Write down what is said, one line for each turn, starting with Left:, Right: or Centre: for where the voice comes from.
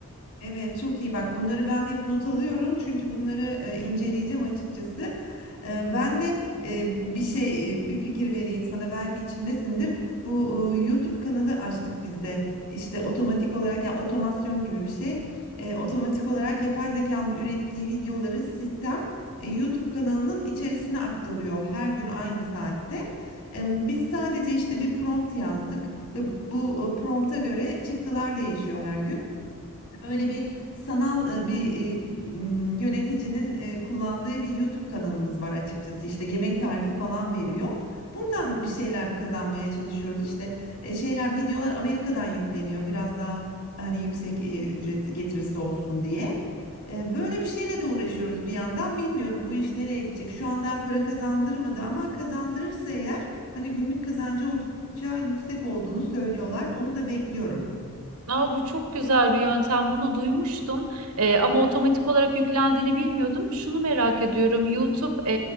Left: Evet çok iyi bak bunları ben hep not alıyorum çünkü bunları e, inceleyeceğim açıkçası. E, ben de e, bir şey e, bir fikir vereyim sana belki içindesindir. Bu e, YouTube kanalı açtık biz de işte otomatik olarak yani otomasyon gibi bir şey. E, otomatik olarak yapay zekanın ürettiği videoları sistem e, YouTube kanalının içerisine aktarıyor her gün aynı saatte. E, Biz sadece işte bir prompt yazdık ve bu e, prompta göre çıktılar değişiyor her gün. Öyle bir sanal e, bir e, m, yöneticinin e, kullandığı bir YouTube kanalımız var açıkçası. İşte yemek tarifi falan veriyor. Buradan bir şeyler kazanmaya çalışıyoruz. İşte e, şeyler videolar Amerika'dan yükleniyor. Biraz daha hani yüksek e, ücret getirisi olsun diye. E, Böyle bir şeyle de uğraşıyoruz bir yandan. Bilmiyorum bu iş nereye gidecek. Şu an daha para kazandırmadı ama kazandırırsa eğer hani günlük kazancı oldukça yüksek olduğunu söylüyorlar. Onu da bekliyorum.
Right: Aa, bu çok güzel bir yöntem. Bunu duymuştum. Ee, ama otomatik olarak yüklendiğini bilmiyordum. Şunu merak ediyorum. YouTube e,